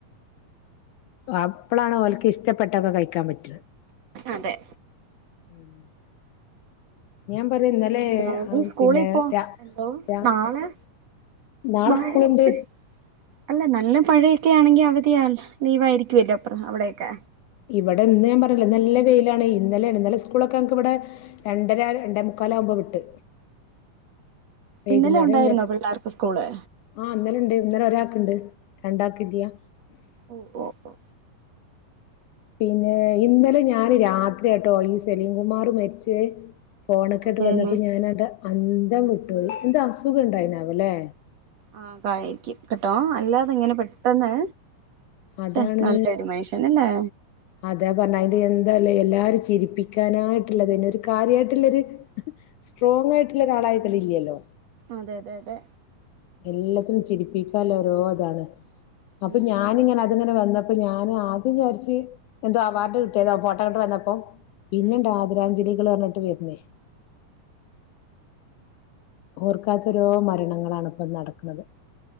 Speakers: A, on the left; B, on the right.
A: അപ്പളാണ് ഓല്ക്ക് ഇഷ്ട്ടപ്പെ ട്ടൊക്കെ കഴിക്കാൻ പറ്റും
B: അതെ
A: ഉം ഞാൻ പറയാ ഇന്നല്ലെ
B: പിന്നെ നീ സ്കൂളിൽ
A: പിന്നെ
B: പോ
A: രാ
B: എന്തോ
A: രാ
B: നാളെ
A: നാളെ
B: മഴ
A: സ്കൂളുണ്ട്
B: ഒത്തിരി അല്ല നല്ല മഴയൊക്കെ ആണെങ്കി അവധിയാ ലീവ് ആയിരിക്കുവല്ലോ അപ്പറം അവിടെയൊക്കെ
A: ഇവിടെ ഇന്ന് ഞാൻ പറഞ്ഞ്ല്ലേ നല്ല വെയിലാണ് ഇന്നലെയാണ് ഇന്നലെ സ്കൂളൊക്കെ നങ്ങക്ക് ഇവിടെ രണ്ടര രണ്ടേ മുക്കാല് ആകുമ്പോ വിട്ട് വൈകുന്നേരം
B: ഇന്നലെ ഉണ്ടായിരുന്നോ
A: വരെ
B: പിള്ളേർക്ക് സ്കൂള്
A: ആ ഇന്നലെ ഉണ്ട് ഇന്നലെ ഒരാ ഒണ്ട് രണ്ടാക്കില്ല്യാ
B: ഓ ഓ ഓ
A: പിന്നെ ഇന്നലെ ഞാന് രാത്രിയാട്ടോ ഈ സലീംകുമാർ മരിച്ചേ ഫോണ്ക്കാട്ട്
B: അതെന്നെ
A: വന്നപ്പോ ഞാനാണ്ട് അ ന്തം വിട്ടോയി ന്തോ ആസ് സുഖ ഉണ്ടായിണാവല്ലേ
B: ആ കായിരിക്കും കേട്ടോ അല്ലാതെ ഇങ്ങനെ പെട്ടെന്ന്
A: അതാണ്
B: ശ്ശെ നല്ലൊരു മനുഷ്യനല്ലേ
A: അതാ പറഞ്ഞെ അതിന്റെ എന്താല്ലേ എല്ലാരും ചിരിപ്പിക്കാനായിട്ടുള്ളതന്നെ ഒരു കാര്യായിട്ടുള്ളൊരു സ്ട്രോങ്ങായിട്ടുള്ള ഒരാളായി ഇതിലില്ലോ
B: അതെ അതെ അതെ
A: എല്ലാത്തിനും ചിരിപ്പിക്കാല്ല ഓരോ ഇതാണ് അപ്പൊ
B: ഉം
A: ഞാനിങ്ങനെ അതിങ്ങനെ വന്ന അപ്പം ഞാന് ആദ്യം വിചാരിച്ചു എന്തോ അവാർഡ് കിട്ടിയതാണ് ആ ഫോട്ടോ ഇങ്ങോട്ട് വന്നപ്പൊ പിന്നേണ്ട്
B: ഉം
A: ആദരാജ്ഞലി കള് പറഞ്ഞിട്ട് വരുന്നെ ഓർക്കാത്തോരോ മരണങ്ങളാണ് ഇപ്പം നടക്കണത്